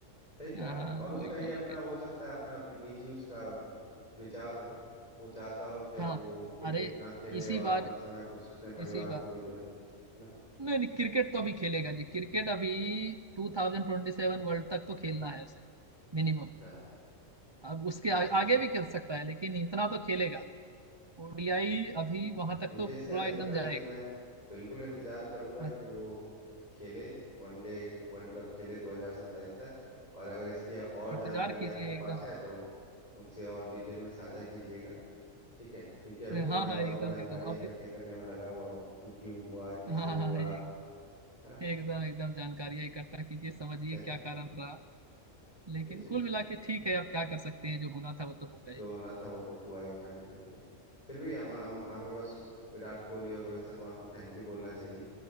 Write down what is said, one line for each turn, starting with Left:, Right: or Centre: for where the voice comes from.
Left: सही
Right: हाँ
Left: कहा
Right: हाँ,
Left: और
Right: वही
Left: उसका ये
Right: मैं
Left: अपना
Right: भी कह
Left: हो सकता है अपना वि- निजी उसका विचार हो वो चाहता हो कि अब
Right: रहा
Left: वो
Right: हूँ। हाँ
Left: क्रिकेट
Right: अरे
Left: ना खेले
Right: इसी
Left: और
Right: बार
Left: अपना समय कुछ अपने परिवार
Right: इसी बार
Left: को भी दे है ना
Right: नहीं नहीं क्रिकेट तो अभी खेलेगा जी क्रिकेट अभी 2027 वर्ल्ड तक तो खेलना है उसे मिनिमम
Left: अच्छा
Right: अब उसके आ,
Left: अच्छा अच्छा
Right: आगे भी खेल सकता है लेकिन इतना तो खेलेगा ओडीआई अभी
Left: हम्म,
Right: वहां तक
Left: मुझे
Right: तो पूरा
Left: इसका नहीं
Right: एकदम
Left: पता
Right: जाएगा
Left: लेकिन मैं बिल्कुल इंतजार करूंगा
Right: हाँ जी
Left: कि वो खेले वनडे वर्ल्ड कप खेले 2027 तक और अगर इसकी और जानकारी
Right: इंतजार कीजिए
Left: आपके
Right: एकदम
Left: पास है तो मुझसे और डिटेल में साझा कीजिएगा ठीक है क्योंकि अभी
Right: हाँ
Left: तो मैं
Right: हाँ
Left: और
Right: एकदम
Left: भी जानकारियां
Right: एकदम अभी
Left: इकट्ठे करने में लगा हुआ हूँ कि क्यों हुआ किस
Right: हाँ
Left: लिए हुआ
Right: हाँ हाँ, एक,
Left: है ना
Right: एकदम एकदम जानकारियां इकट्ठा कीजिए समझिए
Left: चलिए
Right: क्या कारण रहा लेकिन
Left: जी जी
Right: कुल मिला के ठीक है अब क्या कर सकते हैं जो होना था वो तो हो गए
Left: जो होना था वो तो हुआ ही हाँ जी बिल्कुल फिर भी हम हम हमें बस विराट कोहली और रोहित शर्मा को थैंक यू बोलना चाहिए